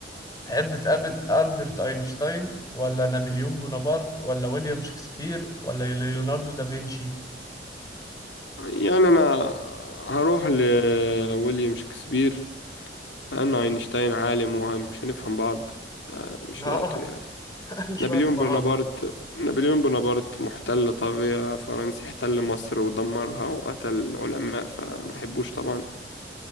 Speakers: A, on the left; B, on the left.
A: تحب تقابل ألبرت أينشتاين ولا نابليون بونابرت ولا ويليام شكسبير ولا ليوناردو دافنشي
B: يعني انا هروح لويليام شكسبير لانه اينشتاين عالم ومش هنفهم بعض آه، مش
A: آه
B: وقته يعني
A: <laughs> مش
B: نابليون
A: وقت فرهضة
B: بونابرت نابليون بونابرت محتل طاغية فرنسي احتل مصر ودمرها وقتل العلماء فمحبوش طبعا